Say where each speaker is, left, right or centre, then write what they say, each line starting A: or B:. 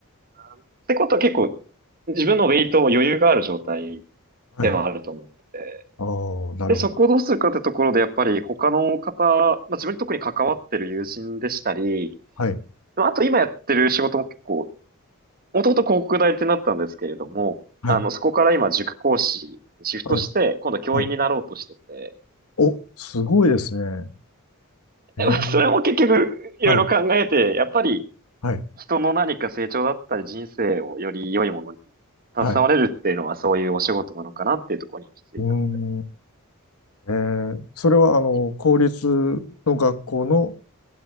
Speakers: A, on the right; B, on the left.
A: ってことは結構、自分のウェイトを余裕がある状態
B: はい。
A: ではあると思ってて。
B: ああー、なるほど。
A: で、そこをどうするかってところで、やっぱり他の方、まあ自分に特に関わってる友人でしたり、
B: はい、
A: まああと今やってる仕事も結構、もともと広告代理店だったんですけれども、
B: はい、
A: あの、そこから今塾講師にシフトして、
B: はい、
A: 今度教員になろうとしてて、
B: はい。お、すごいですね。
A: <laughs>
B: えー、
A: まあそれも結局、いろいろ考えて、
B: はい、
A: やっぱり
B: はい、
A: 人の何か成長だったり人生をより良いものに携われるっていうのはそういうお仕事なのかなっていうところに行き着いたの
B: はい。うーん、えー、それは、あの、
A: で。
B: 公立の学校の、